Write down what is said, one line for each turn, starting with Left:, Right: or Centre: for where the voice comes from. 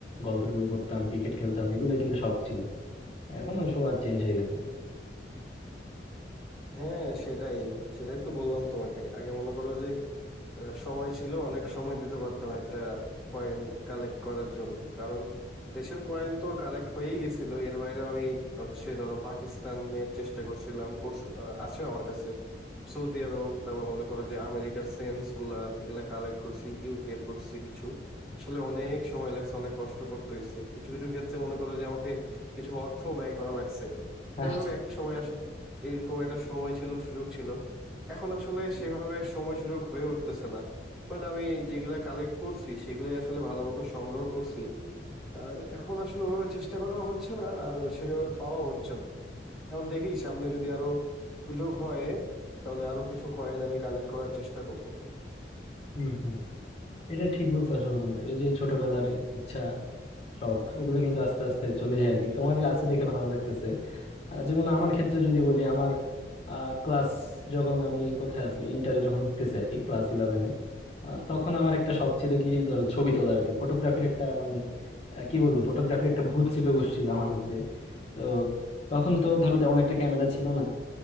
Left: গল্পের বই পড়তাম ক্রিকেট খেলতাম এগুলো কিন্তু শখ ছিল এখন ওসব আর চেঞ্জ হয়ে গেছে
Centre: হ্যাঁ সেটাই সেটাই তো বললাম তোমাকে আগে মনে করো যে আহ, সময় ছিল অনেক সময় দিতে পারতাম একটা কয়েন কালেক্ট করার জন্য কারণ দেশের কয়েন তো কালেক্ট হয়েই গেছিল এর বাইরে আমি হচ্ছে ধরো পাকিস্তানের চেষ্টা করছিলাম কোর্স আছে আমার কাছে সৌদি আরব তারপর মনে করো যে আমেরিকার সেন্টস গুলা এগুলা কালেক্ট করছি ইউকে এর করছি কিছু আসলে অনেক সময় লাগছে অনেক কষ্ট করতে হয়েছে কিছু কিছু ক্ষেত্রে মনে করো যে আমাকে কিছু অর্থ ব্যয় করা লাগছে যাই
Left: আচ্ছা
Centre: হোক এক সময় আসলে এরকম একটা সময় ছিল সুযোগ ছিল এখন আসলে সেভাবে সময় সুযোগ হয়ে উঠতেছে না বাট আমি যেগুলা কালেক্ট করছি সেগুলাই আসলে ভালো মতো সংগ্রহ করছি আর এখন আসলে ওভাবে চেষ্টা করা হচ্ছে না আর সেভাবে পাওয়া হচ্ছে না এখন দেখি সামনে যদি আরো সুযোগ হয় তাহলে আরো কিছু কয়েন আমি কালেক্ট করার চেষ্টা করব
Left: হুম হুম এটা ঠিক বলছো আসলে বন্ধু এই যে ছোটবেলার ইচ্ছা শখ ওগুলো কিন্তু আস্তে আস্তে চলে যায় আর কি তোমার আছে দেখে ভালো লাগতেছে আহ, যেমন আমার ক্ষেত্রে যদি বলি আমার ক্লাস যখন আমি কোথায় আছি ইন্টারে যখন উঠতেছি আর কি ক্লাস ইলেভেনে তখন আমার একটা শখ ছিল কি ধরো ছবি তোলার আর কি ফটোগ্রাফির একটা মানে আহ, কি বলবো ফটোগ্রাফির একটা ভূত চেপে বসছিল আমার মধ্যে তো তখন তো ধরো তেমন একটা ক্যামেরা ছিল না